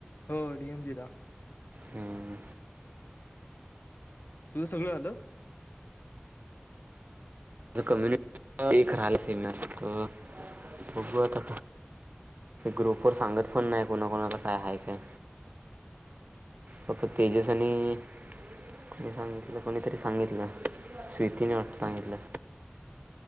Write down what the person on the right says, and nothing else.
हं.
द कम्युनिटी एक राहिल सेमीनार अ बघू आता ग्रुप वर सांगत पण नाही कोणाकोणाला काय हाय काय. फक्त तेजस आणि कोणी सांगितलं कोणीतरी सांगितलं स्वीतीने वाट सांगितलं.